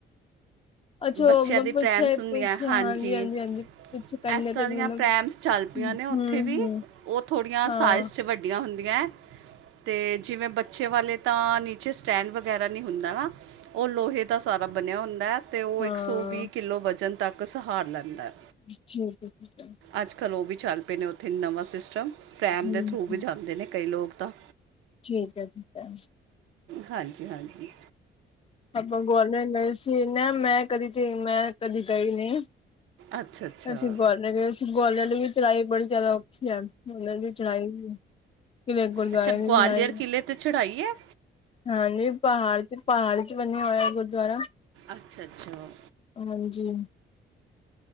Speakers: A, on the left; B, on the right.
A: ਅੱਛਾ
B: ਬੱਚਿਆਂ
A: ਉਹ ਮਤਲਬ
B: ਦੀ ਪ੍ਰੈਮਸ
A: ਪਿੱਛੇ,
B: ਹੁੰਦੀਆਂ,
A: ਪਿੱਛੇ
B: ਹਾਂਜੀ
A: ਹਾਂਜੀ ਪਿੱਛੇ ਕੰਨੇ
B: ਇਸ
A: ਤੇ
B: ਤਰ੍ਹਾਂ
A: ਮਤਲਬ
B: ਦੀਆਂ ਪ੍ਰੈਮਸ ਚੱਲ ਪਈਆਂ
A: ਹੂੰ,
B: ਨੇ ਉੱਥੇ
A: ਹੂੰ,
B: ਵੀ, ਉਹ ਥੋੜੀਆਂ
A: ਹਾਂ,
B: ਸਾਈਜ਼ ਚ ਵੱਡ ਵੱਡੀਆਂ ਹੁੰਦੀਐ, ਤੇ ਜਿਵੇਂ ਬੱਚੇ ਵਾਲੇ ਤਾਂ ਨੀਚੇ ਸਟੈਂਡ ਵ ਵਗੈਰਾ ਨਹੀਂ ਹੁੰਦਾ ਨਾ, ਉਹ ਲੋਹੇ ਦਾ ਸਾਰਾ ਬਣਿਆ ਹੁੰਦਾ, ਤੇ ਉਹ
A: ਹਾਂ
B: ਇੱਕ ਸੌ ਵੀਹ ਕਿੱਲੋ ਵਜ਼ਨ ਤੱਕ ਸਹਾਰ ਲੈਂਦਾ।
A: <inaudible>
B: ਅੱਜ-ਕੱਲ੍ਹ ਉਹ ਵੀ ਚੱਲ ਪਏ ਨੇ, ਉੱਥੇ ਨਵਾਂ ਸਿਸਟਮ ਪਰੈਮ
A: ਹੂੰ,
B: ਦੇ ਥਰੂ ਵੀ
A: ਹੂੰ,
B: ਜਾਂਦੇ ਨੇ, ਕਈ ਲੋਕ ਤਾਂ।
A: ਠੀਕ ਐ-ਠੀਕ ਐ।
B: ਹਾਂਜੀ-ਹਾਂਜੀ।
A: ਆਪਾਂ ਗੋਲਮੈਟ ਸੀ, ਨਾ ਮੈਂ ਕਦੀ ਤੇ, ਮੈਂ ਕਦੀ ਗਈ ਨਈ।
B: ਅੱਛਾ ਅੱਛਾ
A: ਅਸੀ ਗੋਲਮੈਟ ਗਏ ਗੌਲਮੈਟ ਵੀ ਚਲਾਏ, ਬੜੀ ਜ਼ਿਆਦਾ ਔਖੀ ਐ। ਮੁੱਲਰ ਵੀ ਚੜਾਈ ਈ ਐ, ਕਿ ਗੁਰਦੁਆਰੇ
B: ਅੱਛਾ ਗਵਾਲੀਅਰ
A: ਵੀ ਚੜਾਈ।
B: ਕਿਲੇ ਤੇ ਚੜ੍ਹਾਈ ਹੈ
A: ਹਾਂਜੀ ਪਹਾੜ ਚ, ਪਹਾੜ ਚ ਬਣਿਆ ਹੋਇਆ ਗੁਰਦੁਆਰਾ।
B: ਅੱਛਾ-ਅੱਛਾ।
A: ਹਾਂਜੀ